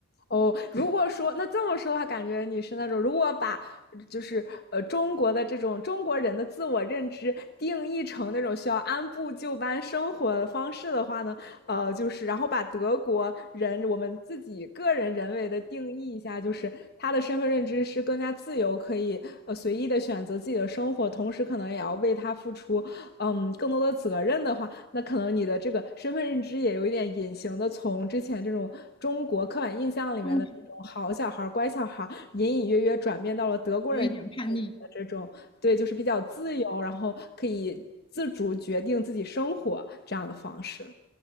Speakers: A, on the left; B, on the left.
A: 哦，如果说那这么说的话，感觉你是那种如果把就是呃中国的这种中国人的自我认知定义成那种需要按部就班生活的方式的话呢，呃，就是然后把德国人我们自己个人人为的定义一下，就是他的身份认知是更加自由，可以呃随意的选择自己的生活，同时可能也要为他付出嗯更多的责任的话，那可能你的这个身份认知也有一点隐形的从之前这种中国刻板印象里面的那种好小孩乖小孩隐隐约约转变到了德国人的
B: 中途有一点叛逆，
A: 这种对，就是比较自由，然后可以自主决定自己生活这样的方式。